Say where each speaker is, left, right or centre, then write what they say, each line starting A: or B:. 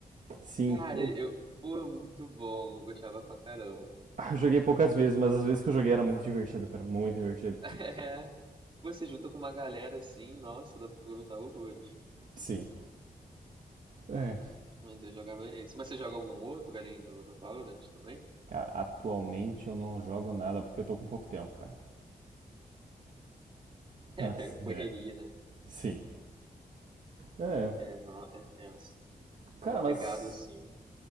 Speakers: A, on the right; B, on the right.
A: Sim.
B: Cara,
A: Pô,
B: eu. Pô, é muito bom. Eu gostava pra caramba. <laughs>
A: ah, Eu joguei poucas vezes, mas as vezes que eu joguei era muito divertido, cara. Muito divertido.
B: É. Você junta com uma galera assim, nossa, dá pra aproveitar horrores.
A: Sim. É.
B: Mas eu jogava esse. Mas você joga algum outro além do, do Valorant também? <laughs>
A: Cara, atualmente eu não jogo nada porque eu tô com pouco tempo, cara.
B: É,
A: <laughs>
B: pega correria,
A: É.
B: né?
A: Sim. É.
B: É, não, é tenso. Quando
A: Cara,
B: é pegado
A: mas.
B: assim.